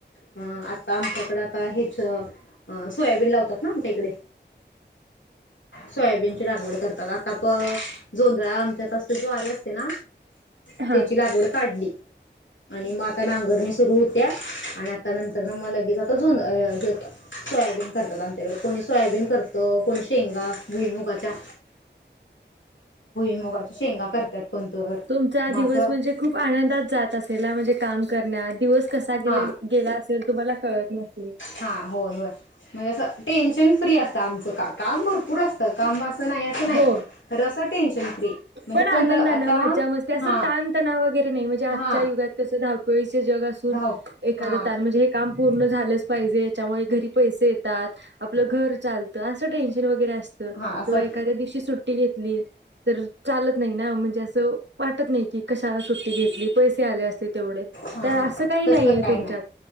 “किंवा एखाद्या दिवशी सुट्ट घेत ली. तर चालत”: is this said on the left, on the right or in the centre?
Right